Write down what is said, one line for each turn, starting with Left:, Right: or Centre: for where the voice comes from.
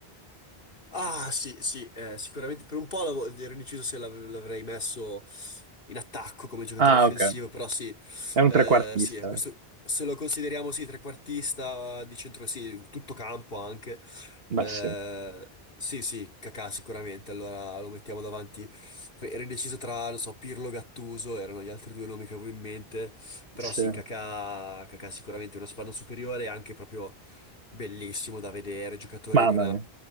Left: Ah, sì, sì, eh, sicuramente per un po' l'avevo- ero indeciso se l'av- l'avrei messo in attacco come giocatore
Right: Ah,
Left: offensivo,
Right: ok.
Left: però sì,
Right: È un
Left: eh,
Right: trequartista.
Left: sì, è questo,
Right: eh.
Left: se lo consideriamo sì, trequartista di centro, sì, tutto campo anche,
Right: Beh,
Left: eh,
Right: sì,
Left: sì, sì, Kakà sicuramente, allora lo mettiamo davanti, ero indeciso tra, non so, Pirlo, Gattuso, erano gli altri due nomi che avevo in mente, però
Right: sì.
Left: sì, Kakà, Kakà sicuramente è una spanna superiore, anche proprio bellissimo da vedere, giocatore
Right: Mamma
Left: di una...
Right: mia,